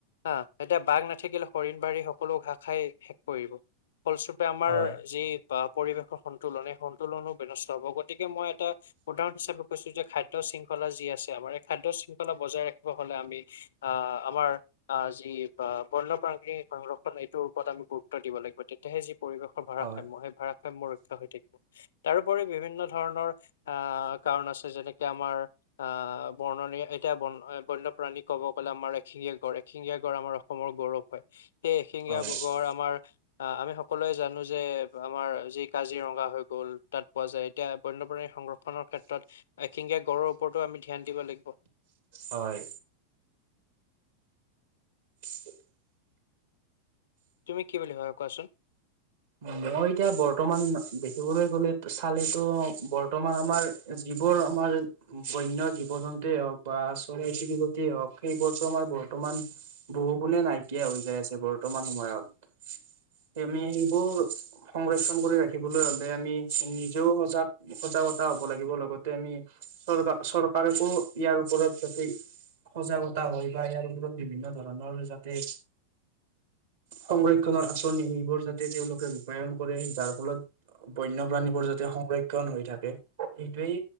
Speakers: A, on the left; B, on the right.
A: হা এতিয়া বাঘ ন থাকিলে হৰিণ বাৰি সকলো ঘাঁহ খাই শেষ কৰিব ফলস্বৰূপে আমাৰ
B: হয়
A: যি বা পৰিৱেশৰ সন্তুলন এই সন্তুলনো ব্যস্ত হব গতিকে মই এটা উদাহৰণ হিচাপে। কৈছো যে খাদ্য শৃংখলা যি আছে আমাৰ এই খাদ্য শৃংখলা বজাই ৰাখিব হ'লে আমি আহ আমাৰ আহ যি বা বন্য প্ৰাণীবোৰৰ সংৰক্ষণ এইটোৰ ওপৰত আমি গুৰুত্ব দিব লাগিব তেতিয়াহে যি। পৰিৱেশৰ ভাৰসাম্য
B: হয়
A: সেই ভাৰাসাম্য ৰক্ষা হৈ থাকিব তাৰোপৰি বিভিন্ন ধৰণৰ। অঁ কাৰণ আছে যেনেকে আমাৰ অ' বননী এতিয়া ব বন্যপ্ৰাণী ক'ব গ'লে আমাৰ এশি ঙীয়া গড় এশিঙগীয়া গড় আমাৰ অসমৰ গৌৰৱ হয়। সেই এশিঙগীয়া
B: হয়
A: গড় আমাৰ আমি সকলোৱে জানো যে আমাৰ যি কাজিৰঙা হৈ গ'ল তাত পোৱা যায় এতিয়া বন্যপ্ৰাণী সংৰক্ষণৰ। ত এশিংগীয়া গড়ৰ ওপৰতো আমি ধ্যান দিব লাগিব।
B: হয়। <inaudible>
A: তুমি কি বুলি হয় কোৱাচোন?
B: মই এতিয়া বৰ্তমান দেখিবলৈ গলে চালেতো বৰ্তমান আমাৰ। যিবোৰ আমাৰ বন্য জীৱ-জন্তুৱে হওঁক বা চৰাই-চিৰিকতিয়ে হওঁক সেইবোৰতো আমাৰ বৰত বৰ্তমান বহু গুণে নাইকিয়া হৈ যায় আছে বৰ্তমান সময়ত। সেই আমি এইবোৰ সংৰক্ষন কৰি ৰাখিবলৈ হ'লে আমি নিজেও সজাগ সজাগতা হ'ব লাগিব লগ তে আমি চৰকাৰ চৰকাৰকো ইয়াৰ ওপৰত যদি সজাগতা হয় বা ইয়াৰ ওৰত বিভিন্ন ধৰণৰ যাতে সংৰক্ষনৰৰ আঁচনি সেইবোৰ যাতে তেওঁলোকে ৰূপায়ন কৰে যাৰ ফলত বন্যপ্ৰাণীবোৰ যাতে সংৰক্ষণ হৈ থাকে সেইটোৱেই